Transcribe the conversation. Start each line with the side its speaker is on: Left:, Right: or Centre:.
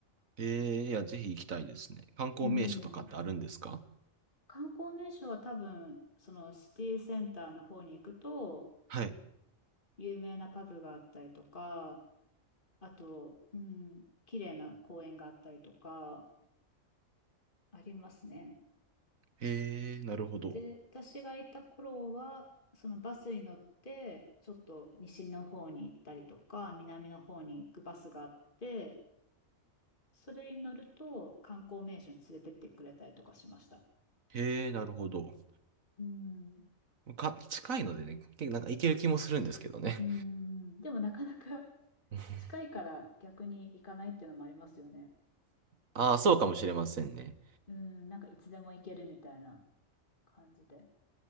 Right: えー、いや、ぜひ行きたいですね。観光名所とかってあるんですか
Left: うん。観光名所は多分、そのシティセンターの方に行くと、
Right: はい。
Left: 有名なパブがあったりとか、あと、うん、綺麗な公園があったりとか、ありますね。
Right: へえー、なるほど。
Left: で、私がいた頃は、そのバスに乗って、ちょっと西の方に行ったりとか、南の方に行くバスがあって、それに乗ると観光名所に連れてってくれたりとかしました。
Right: へえー、なるほど。
Left: うん。
Right: か、近いのでね、結構なんか行ける気もするんですけどね。
Left: うん。でもなかなか
Right: <laughs>
Left: 近いから逆に行かないっていうのもありますよね。
Right: ああ、そうかもしれませんね。
Left: うん。なんかいつでも行けるみたいな感じで。